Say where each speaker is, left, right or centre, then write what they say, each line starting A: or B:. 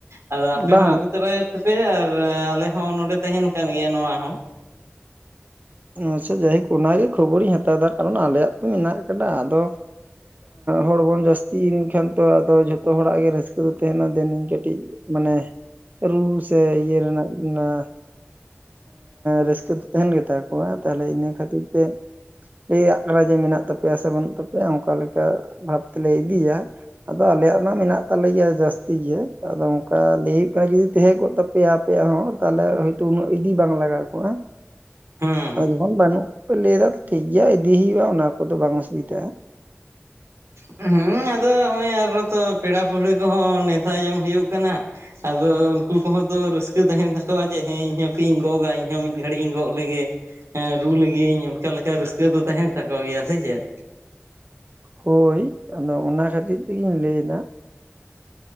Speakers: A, on the right; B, on the right.
A: ᱟᱫᱚ ᱟᱯᱮ
B: ᱵᱟᱝ
A: ᱦᱚᱸ ᱟᱹᱜᱩ ᱛᱚᱨᱟᱭᱮᱫ ᱛᱟᱯᱮ ᱟᱨ ᱟᱞᱮ ᱦᱚᱸ ᱱᱚᱰᱮ ᱛᱟᱦᱮᱱ ᱠᱟᱱ ᱜᱮᱭᱟ ᱱᱚᱣᱟ ᱦᱚᱸ
B: ᱟᱪᱷᱟ ᱡᱟᱭᱦᱳᱠ ᱚᱱᱟᱜᱮ ᱠᱷᱚᱵᱚᱨᱤᱧ ᱦᱟᱛᱟᱣᱟ ᱠᱟᱨᱚᱱ ᱟᱞᱮᱭᱟᱜ ᱛᱚ ᱢᱮᱱᱟᱜ ᱟᱠᱟᱫᱟ ᱟᱫᱚ ᱦᱚᱲ ᱵᱚᱱ ᱡᱟᱹᱥᱛᱤ ᱮᱱ ᱠᱷᱟᱱ ᱛᱚ ᱟᱫᱚ ᱡᱷᱚᱛᱚ ᱦᱚᱲᱟᱜ ᱜᱮ ᱨᱟᱹᱥᱠᱟᱹ ᱫᱚ ᱛᱟᱦᱮᱱᱟ ᱫᱮᱱᱤᱧ ᱠᱟᱹᱴᱤᱡ ᱢᱟᱱᱮ ᱨᱩ ᱥᱮ ᱤᱭᱟᱹ ᱨᱮᱱᱟᱜ ᱚᱱᱟ ᱨᱟᱹᱥᱠᱟᱹ ᱛᱟᱦᱮᱱ ᱜᱮᱛᱟ ᱛᱟᱦᱚᱞᱮ ᱤᱱᱟᱹ ᱠᱷᱟᱹᱛᱤᱨ ᱛᱮ ᱞᱟᱹᱭᱟᱜ ᱠᱟᱱᱟ ᱡᱮ ᱢᱮᱱᱟᱜ ᱛᱟᱠᱚᱣᱟ ᱾ ᱛᱟᱯᱮᱭᱟ ᱥᱮ ᱵᱟᱹᱱᱩᱜ ᱛᱟᱯᱮᱭᱟ ᱚᱱᱠᱟ ᱞᱮᱠᱟ ᱵᱷᱟᱵ ᱛᱮᱞᱮ ᱤᱫᱤᱭᱟ ᱾ ᱟᱫᱚ ᱟᱞᱮᱭᱟᱜ ᱢᱟ ᱢᱮᱱᱟᱜ ᱛᱟᱞᱮ ᱜᱮᱭᱟ ᱡᱟᱹᱥᱛᱤ ᱜᱮ ᱟᱫᱚ ᱚᱱᱠᱟ ᱞᱟᱹᱭ ᱦᱩᱭᱩᱜ ᱠᱟᱱᱟ ᱡᱩᱫᱤ ᱛᱟᱦᱮᱸ ᱠᱚᱜ ᱛᱟ ᱯᱮᱭᱟᱯᱮᱭᱟ ᱦᱚᱸ ᱛᱟᱦᱚᱞᱮ ᱦᱳᱭᱛᱚ ᱩᱱᱟᱹᱜ ᱤᱫᱤ ᱵᱟᱝ ᱞᱟᱜᱟᱣ ᱠᱚᱜᱼᱟ ᱾
A: ᱦᱩᱸ
B: ᱟᱫᱚ ᱡᱚᱠᱷᱚᱱ ᱵᱟᱹᱱᱩᱜ ᱯᱮ ᱞᱟᱹᱭ ᱫᱟ ᱴᱷᱤᱠ ᱜᱮᱭᱟ ᱤᱫᱤ ᱦᱩᱭᱩᱜᱼᱟ ᱚᱱᱟ ᱠᱚᱫᱚ ᱵᱟᱝ ᱚᱥᱩᱵᱤᱛᱟᱜᱼᱟ ᱾ <unintelligible>
A: ᱦᱮᱸ ᱟᱫᱚ ᱱᱚᱜᱼᱚᱭ ᱟᱨ ᱛᱚ ᱯᱮᱲᱟ ᱯᱟᱹᱲᱦᱟᱹ ᱠᱚᱦᱚᱸ ᱱᱮᱶᱛᱟ ᱡᱚᱝ ᱦᱩᱭᱩᱜ ᱠᱟᱱᱟ ᱾ ᱟᱫᱚ ᱩᱱᱠᱩ ᱠᱚᱦᱚᱸ ᱛᱚ ᱨᱟᱹᱥᱠᱟᱹ ᱛᱟᱦᱮᱱ ᱛᱟᱠᱚᱣᱟ ᱡᱮ ᱦᱮᱸ ᱤᱧᱦᱚ ᱠ ᱤᱧ ᱜᱚᱜ ᱠᱟ ᱤᱧᱦᱚᱸ ᱢᱤᱫ ᱜᱷᱟᱹᱲᱤᱡ ᱤᱧ ᱜᱚᱜ ᱞᱮᱜᱮ. ᱦᱮᱸ ᱨᱩ ᱞᱟᱹᱜᱤᱫᱜᱤᱧ ᱚᱱᱠᱟ ᱞᱮᱠᱟ ᱨᱟᱹᱥᱠᱟᱹ ᱫᱚ ᱛᱟᱦᱮᱱ ᱛᱟᱠᱚ ᱜᱮᱭᱟ ᱥᱮ ᱪᱮᱫ
B: ᱦᱳᱭ ᱟᱫᱚ ᱚᱱᱟ ᱠᱷᱟᱹᱛᱤᱨ ᱛᱮᱜᱮᱧ ᱞᱟᱹᱭ ᱮᱫᱟ ᱾